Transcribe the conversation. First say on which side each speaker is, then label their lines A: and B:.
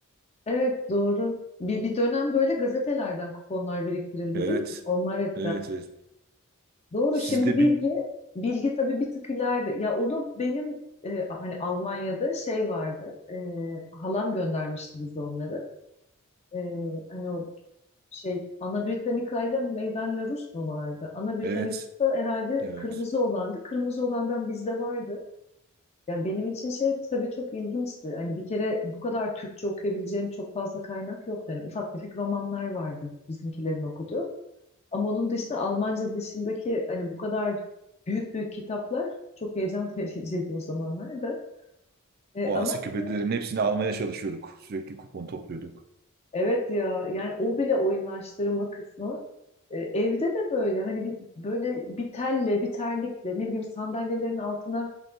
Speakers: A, on the left (about 30°); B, on the right (about 45°).
A: evet doğru. Bir, bir dönem böyle gazetelerden kuponlar biriktirildi
B: Evet.
A: değil mi? Onlar hep
B: Evet. evet.
A: Doğru
B: Sizde
A: şimdi bilgi
B: bir
A: bilgi tabii bir tık ileride. Ya onu benim e, hani Almanya'da şey vardı. E, halam göndermişti bize onları. E, hani o şey Ana Britannica ile Meydan La Rus mu vardı? Ana Britannica
B: evet.
A: herhalde
B: Evet.
A: kırmızı olandı. Kırmızı olandan bizde vardı. Yani benim için şey tabii çok ilginçti. Hani bir kere bu kadar Türkçe okuyabileceğim çok fazla kaynak yoktu. Hani ufak tefek romanlar vardı bizimkilerin okuduğu. Ama onun dışında Almanca dışındaki hani bu kadar büyük büyük kitaplar çok heyecan <laughs> vericiydi o zamanlar da. E,
B: O
A: ama
B: ansiklopedilerin
A: hani
B: hepsini almaya çalışıyorduk. Sürekli kupon topluyorduk.
A: evet ya yani o bile oyunlaştırma kısmı e, evde de böyle hani bir böyle bir telle bir terlikle ne bileyim sandalyelerin altına